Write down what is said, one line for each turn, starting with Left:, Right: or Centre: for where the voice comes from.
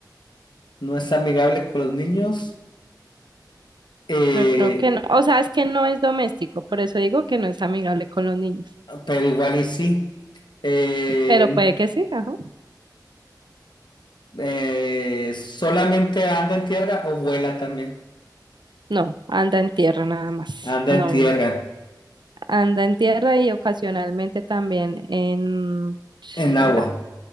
Left: ¿no es amigable con los niños? Eh,
Right: Yo creo que no. O sea, es que no es doméstico. Por eso digo que no es amigable con los niños.
Left: Pero igual y sí. Eh,
Right: Pero puede que sí, ajá.
Left: eh, solamente anda en tierra o vuela también.
Right: No, anda en tierra nada más.
Left: Anda
Right: No,
Left: en tierra,
Right: anda en tierra y ocasionalmente también en...
Left: en agua.
Right: <sniffs>